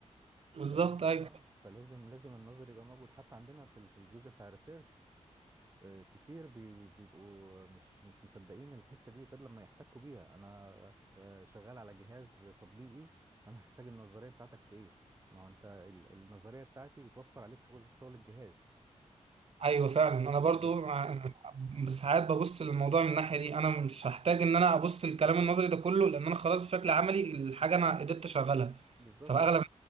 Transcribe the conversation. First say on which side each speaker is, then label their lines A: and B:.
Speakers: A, on the right; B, on the right.
A: بالظبط
B: فلازم
A: ايوه
B: ف- فلازم لازم النظر يبقى موجود حتى عندنا في ال- في الجزء بتاع الريسيرش آه، كتير بي- بي- بيبقوا مش مش مصدقين الحتة دي غير لما يحتكوا بيها أنا آه، شغال على جهاز تطبيقي أنا هحتاج النظرية بتاعتك في إيه؟ ما هو أنت ال- النظرية بتاعتي بتوفر عليك شغل شغل الجهاز
A: ايوه فعلا انا برضو
B: ب-
A: مع- ساعات ببص للموضوع من الناحيه دي انا مش هحتاج ان انا ابص للكلام النظري ده كله لان انا خلاص بشكل عملي الحاجه انا قدرت اشغلها
B: بالظبط
A: فاغلب